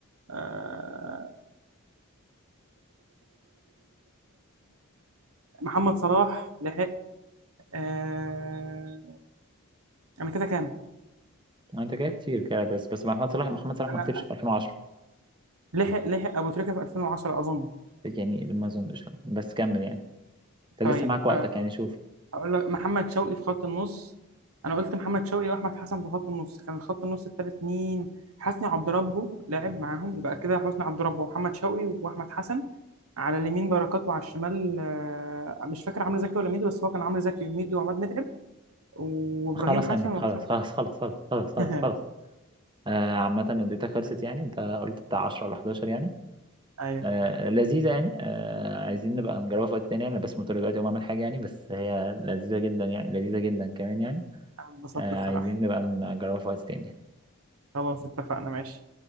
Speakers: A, on the right; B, on the right.
A: آه، محمد صلاح لحق آه، أنا كده كام؟
B: ما أنت كده كتير كده بس بس محمد صلاح محمد صلاح
A: أنا
B: ما كسبش في 2010
A: لحق لحق أبو تريكة في 2010 أظن
B: يعني ما أظنش لا. بس كمل يعني انت
A: طيب
B: لسه معاك وقتك
A: آه،
B: يعني شوف
A: هقول لك محمد شوقي في خط النص انا قلت محمد شوقي واحمد حسن في خط النص كان خط النص التالت مين حسني عبد ربه لعب معاهم يبقى كده حسني عبد ربه ومحمد شوقي واحمد حسن على اليمين بركات وعلى الشمال آه، مش فاكر عمرو زكي ولا ميدو بس هو كان عمرو زكي وميدو وعماد متعب وابراهيم
B: خلاص
A: حسن
B: يا امير
A: وحسام
B: خلاص خلاص خلاص خلاص خلاص خلاص
A: حسن
B: خلاص
A: <laughs>
B: آه عامة اديتها خلصت
A: ايوه
B: يعني انت قلت بتاع 10 ولا 11 يعني
A: أيوة،
B: آه لذيذة يعني آه عايزين نبقى نجربها في وقت تاني يعني. انا بس مضطر دلوقتي اقوم اعمل حاجة يعني بس هي لذيذة جدا يعني لذيذة جدا كمان يعني
A: أنا انبسطت
B: آه
A: بصراحه
B: عايزين نبقى نجربها في وقت تاني
A: خلاص اتفقنا ماشي